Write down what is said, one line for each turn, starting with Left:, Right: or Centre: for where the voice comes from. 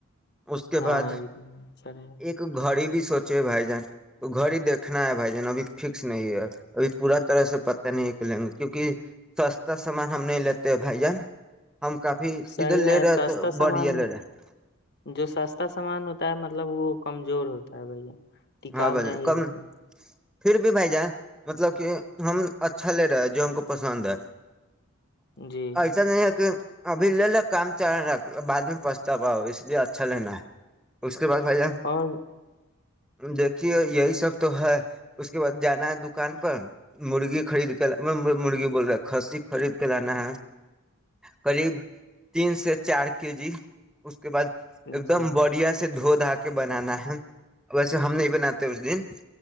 Centre: اس کے
Left: ہاں
Centre: بعد
Left: عید میں اچھا رہے
Centre: ایک گھڑی بھی سوچے بھائی جان تو گھر ہی دیکھنا ہے بھائی جان ابھی فکس نہیں ہے ابھی پورا طرح سے پتہ نہیں کرلیں گے کیونکہ سستا سامان ہم نہیں لیتے ہیں بھائی جان ہم کافی سیدھے
Left: صحیح
Centre: لے
Left: ہے
Centre: رہے
Left: سستا
Centre: تو
Left: سامان
Centre: بڑھیا لے رہے
Left: جو سستا سامان ہوتا ہوتا ہے مطلب وہ کمزور ہوتا ہے بھیا
Centre: ہاں
Left: کاؤ
Centre: بھائی
Left: نہیں
Centre: جان
Left: ہی
Centre: کم
Left: ہوتا
Centre: پھر بھی بھائی جان مطلب کہ ہم اچھا لے رہے جو ہم کو پسند ہے
Left: جی
Centre: ایسا نہیں ہے کہ ابھی لے لو کام چ بعد میں پچھتا پاؤ اس لیے اچھا لینا ہے اس کے بعد بھائی جان
Left: اور
Centre: دیکھیے یہی سب تو ہے اس کے بعد جانا ہے دکان پر مرغی خرید کے مرغی بول رہے کھسی خرید کے لانا ہے قریب تین سے چار کے جی اس کے بد
Left: جی
Centre: ایک دم بڑھیا سے دھو دا کے بنانا ہے ویسے ہم نہیں بناتے اس دن